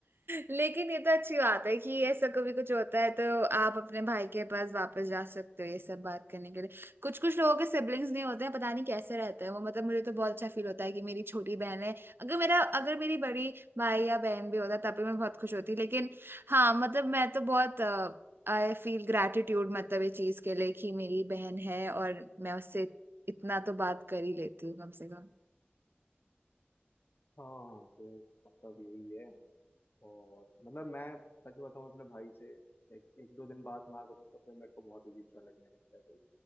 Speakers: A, on the right; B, on the left.
A: लेकिन ये तो अच्छी बात है कि ऐसा कभी कुछ होता है तो आप अपने भाई के पास वापस जा सकते हो ये सब बात करने के लिए कुछ कुछ लोगों के सिबलिंग्स नहीं होते हैं पता नहीं कैसे रहते हैं वो मतलब मुझे तो बहुत अच्छा फील होता है कि मेरी छोटी बहन है अगर मेरा अगर मेरी बड़ी भाई या बहन भी होता तब भी मैं बहुत खुश होती लेकिन हाँ मतलब मैं तो बहुत आई फील ग्रैटिट्यूड मतलब ये चीज के लिए कि मेरी बहन है और मैं उससे इतना तो बात कर ही लेती हूँ कम से कम
B: हाँ तो मतलब यही है और मतलब मैं सच बताऊं अपने भाई से एक, एक दो दिन बात ना करूं तो फिर मेरे को बहुत अजीब सा लगने लगता है भाई